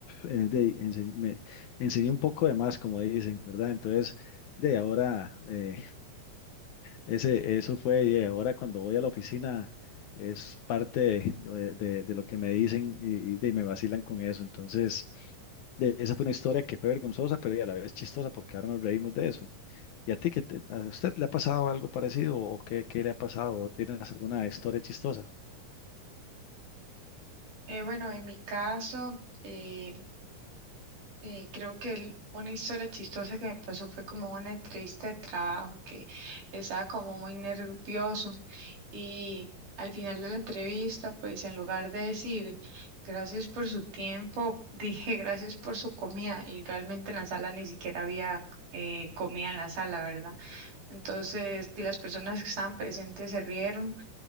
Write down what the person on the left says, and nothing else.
eh, de, ense- me enseñé un poco de más, como dicen, ¿verdad? Entonces, de ahora, eh, ese, eso fue, y ahora cuando voy a la oficina es parte de, de- de lo que me dicen y, y de- me vacilan con eso. Entonces, de- esa fue una historia que fue vergonzosa, pero y a la vez chistosa porque ahora nos reímos de eso. ¿Y a ti, que te- a usted le ha pasado algo parecido o qué, qué le ha pasado? o ¿Tienes alguna historia chistosa?